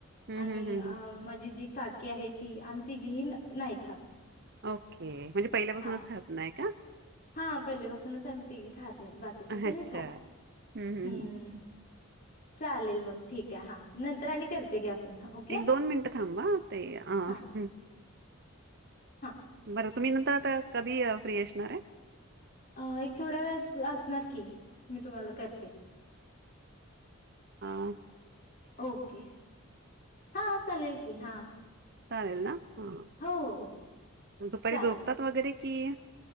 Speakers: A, on the right; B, on the left.
A: हं,
B: आणि
A: हं, हं, हं.
B: माझी जी काकी आहे ती आम्ही तिघीही नाही खात.
A: ओके. म्हणजे पहिल्यापासूनच
B: हा
A: खात नाही का?
B: हा पहिले पाासूनच आम्ही तिघी खात नाहीत बाकीचे
A: अच्छा.
B: सगळे खात
A: हं, हं,
B: हम्म.
A: हं.
B: चालेल मग ठीक आहे हा नंतर आणि करते घ्या. Phone okay.
A: एक दोन मिनटं थांबा ताई अ.
B: हां, हां.
A: बरं तुम्ही नंतर आता कधी फ्री अशणार आहे?
B: अ एक थोड्या वेळात असणार की मी तुम्हाला करते.
A: हां.
B: ओके हां चालेल की हां.
A: चालेल ना? हां.
B: हो हो हो
A: दुपारी
B: चालेल.
A: झोपतात वगैरे की.